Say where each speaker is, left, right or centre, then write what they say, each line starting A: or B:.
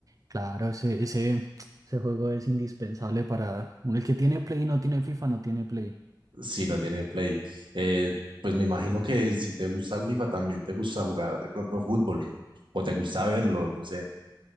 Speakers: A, on the right; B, on the right.
A: Claro, ese, ese, ese juego es indispensable para uno. El que tiene Play y no tiene FIFA, no tiene Play.
B: si no tiene Play. Eh, pues me imagino que si te gusta el FIFA también te gusta jugar de pronto fútbol o te gusta verlo, no sé.